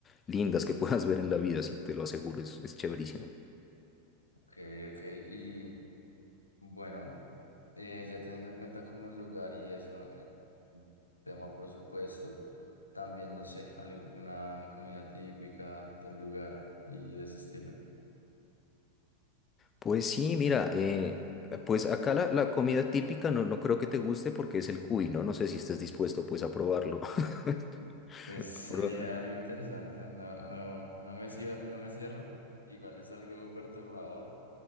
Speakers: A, on the left (about 25°); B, on the left (about 80°).
A: lindas que <laughs> puedas ver en la vida, sí, te lo aseguro, es, es chéverísimo.
B: Ok, ok. Y bueno, eh, ya teniendo en cuenta como el lugar y eso, eh, tema presupuesto, también no sé, alguna comida típica del lugar y de ese estilo.
A: Pues sí, mira, eh, pues acá la, la comida típica no, no creo que te guste porque es el cuy, ¿no? No sé si estés dispuesto pues a probarlo. <laughs>
B: Pues sería
A: A Probar.
B: algo interesante, no, no, no me cierro, no me cierro. Igual es algo perturbador,